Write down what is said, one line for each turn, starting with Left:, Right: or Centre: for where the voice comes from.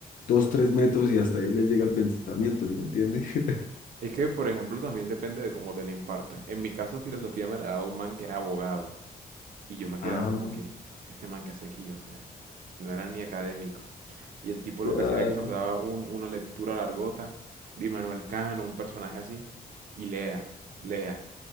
Left: dos, tres metros y hasta ahí les llega el pensamiento, ¿sí me entiende? <laughs>
Right: Es que, por ejemplo, también depende de cómo te la impartan. En mi caso, filosofía me la daba un man que era abogado. Y yo me quedaba
Left: Ah,
Right: como que, este man que hace aquí, o sea, no era ni académico. Y el tipo lo que
Left: Ah,
Right: hacía era que nos daba un- una lectura largota de Manuel Cano, un personaje así, y lea, lea.